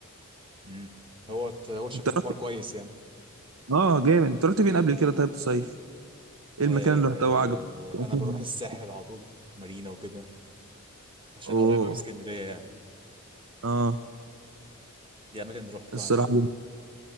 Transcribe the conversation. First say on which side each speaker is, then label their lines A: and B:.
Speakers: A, on the right (about 25°); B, on the right (about 70°).
A: امم هو هو شكله
B: انت رحت
A: حوار كويس يعني
B: اه جامد انت رحت فين قبل كده طيب تصيف ايه
A: آه
B: المكان اللي رحته وعجبك <laughs>
A: انا بروح الساحل على طول مارينا وكده عشان
B: اوه
A: قريبه من اسكندريه يعني
B: اه
A: دي اماكن اللي روحتها
B: الصراحه
A: يعني